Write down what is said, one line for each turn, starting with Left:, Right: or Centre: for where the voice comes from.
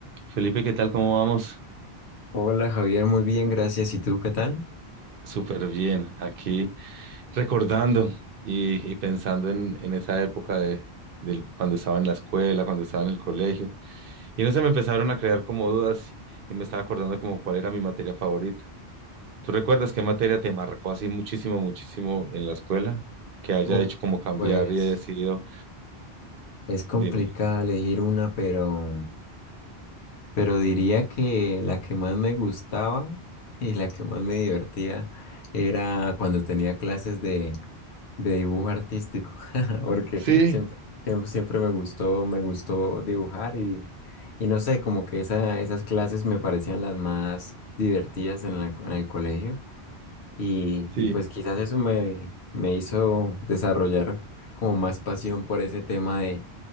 Right: Felipe, ¿qué tal? ¿Cómo vamos?
Left: Hola Javier, muy bien, gracias. ¿Y tú qué tal?
Right: Súper bien. Aquí recordando y, y pensando en, en esa época de, del- cuando estaba en la escuela, cuando estaba en el colegio. Y no se me empezaron a crear como dudas y me estaba acordando como cuál era mi materia favorita. ¿Tú recuerdas qué materia te marcó así muchísimo, muchísimo en la escuela? Que haya
Left: Uf,
Right: hecho como cambiar
Left: Pues
Right: y he decidido,
Left: es complicado
Right: dime.
Left: elegir una, pero, pero diría que la que más me gustaba <laughs> y la que más me divertía era cuando tenía clases de, de dibujo artístico, <laughs> porque
Right: Sí,
Left: siempre, siempre, siempre me gustó, me gustó dibujar y, y no sé, como que esa, esas clases me parecían las más divertidas en la- en el colegio. Y,
Right: sí.
Left: y pues quizás eso me, me hizo desarrollar como más pasión por ese tema de,